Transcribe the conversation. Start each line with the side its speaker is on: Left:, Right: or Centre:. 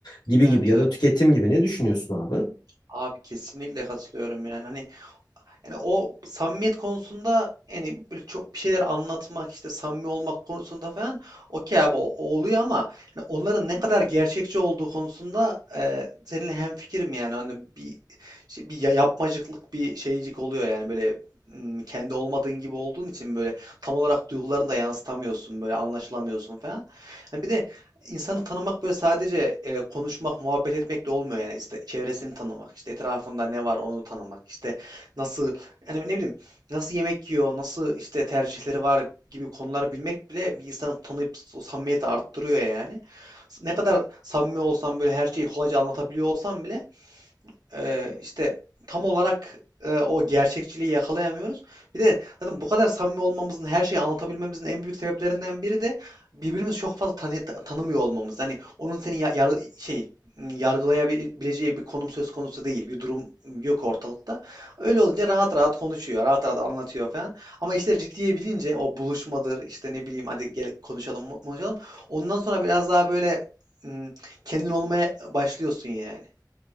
Left: gibi
Right: Evet
Left: gibi ya
Right: evet.
Left: da tüketim gibi ne düşünüyorsun abi?
Right: Abi kesinlikle katılıyorum yani hani yani o samimiyet konusunda yani böyle çok bir şeyler anlatmak işte samimi olmak konusunda falan okey abi o, o oluyor ama yani onların ne kadar gerçekçi olduğu konusunda e, seninle hemfikirim yani hani bir işte bir ya- yapmacıklık bir şeycik oluyor yani böyle m, kendi olmadığın gibi olduğun için böyle tam olarak duygularını da yansıtamıyorsun böyle anlaşılamıyorsun falan. Yani bir de insanı tanımak böyle sadece e, konuşmak, muhabbet etmekle olmuyor yani işte çevresini tanımak, işte etrafında ne var onu tanımak, işte nasıl yani ne bileyim nasıl yemek yiyor, nasıl işte tercihleri var gibi konuları bilmek bile bir insanı tanıyıp o samimiyeti arttırıyor yani. Ne kadar samimi olsam böyle her şeyi kolayca anlatabiliyor olsam bile eee, işte tam olarak eee, o gerçekçiliği yakalayamıyoruz. Bir de zaten bu kadar samimi olmamızın, her şeyi anlatabilmemizin en büyük sebeplerinden biri de birbirimizi çok fazla tanı- ta- tanımıyor olmamız. Hani onun seni ya- yar- şey yargılayabileceği bir konum söz konusu değil, bir durum yok ortalıkta. Öyle olunca rahat rahat konuşuyor, rahat rahat anlatıyor falan. Ama işler ciddiye bilince o buluşmadır, işte ne bileyim hadi gel konuşalım, konuşalım. Ondan sonra biraz daha böyle m, kendin olmaya başlıyorsun yani.